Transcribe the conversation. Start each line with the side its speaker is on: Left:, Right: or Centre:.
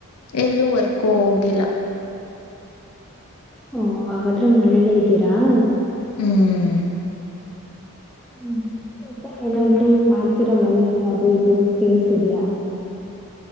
Left: ಎಲ್ಲೂ ವರ್ಕೋ, ಹೋಗಿಲ್ಲ. <inaudible>
Centre: ಓ, ಹಾಗಾದ್ರೆ, ಮನೇಲ್ಲೇ ಇದ್ದೀರಾ? <inaudible>
Left: ಹ್ಮ್.. <inaudible>
Centre: ಹ್ಮ್, ಮತ್ತೆ, ಏನಾದರು, ಮಾಡ್ತೀರಾ! ಮನೇಲಿ ಅದು ಇದು. <inaudible> ಕೇಳಿಸ್ತಾ ಇದೆಯಾ? <inaudible>